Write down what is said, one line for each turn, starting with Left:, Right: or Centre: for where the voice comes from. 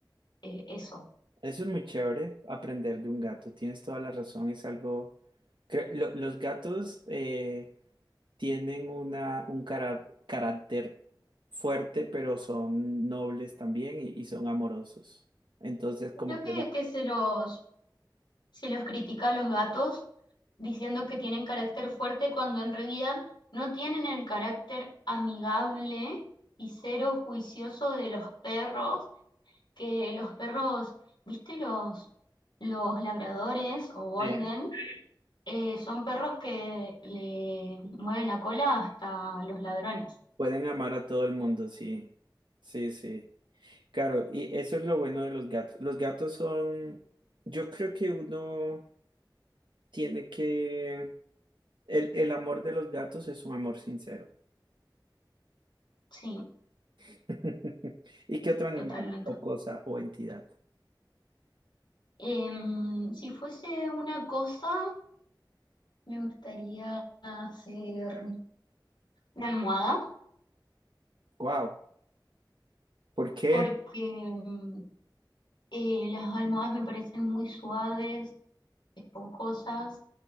Left: eh, eso.
Right: Eso es muy chévere, aprender de un gato. Tienes toda la razón. Es algo. cre- lo- Los gatos, eh, tienen una, un cara- carácter fuerte, pero son nobles también y, y son amorosos. Entonces, como
Left: Creo
Right: que
Left: que,
Right: la-
Left: que se los, se los critica a los gatos diciendo que tienen carácter fuerte cuando en realidad no tienen el carácter amigable y cero juicioso de los perros que los perros, ¿viste los, los labradores o golden?
Right: Sí.
Left: Eh, son perros que le mueven la cola hasta los ladrones.
Right: pueden amar a todo el mundo, sí. Sí, sí. Claro, y eso es lo bueno de los gatos. Los gatos son, yo creo que uno tiene que, el, el amor de los gatos es un amor sincero.
Left: Sí,
Right: <laughs> ¿Y qué otro animal
Left: totalmente.
Right: o cosa o entidad?
Left: Em, si fuese una cosa, me gustaría hacer una almohada,
Right: Wow, ¿por qué?
Left: porque em, eh, las almohadas me parecen muy suaves, esponjosas